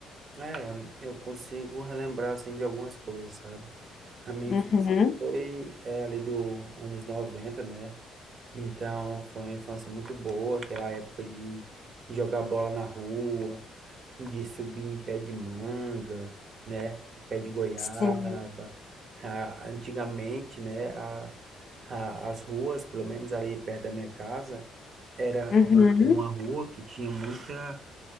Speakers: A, on the right (about 50°); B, on the left (about 55°).
A: É, eu consigo relembrar, assim, de algumas coisas, sabe? A minha
B: Uhum.
A: infância foi, é, ali do anos 90, né? Então, foi uma infância muito boa, aquela época de jogar bola na rua, de subir em pé de manga, né? Em pé de goiaba.
B: Sim.
A: Ah, antigamente, né? A, a, as ruas, pelo menos ali perto da minha casa, era
B: Uhum.
A: uma rua
B: <laughs>
A: que tinha muita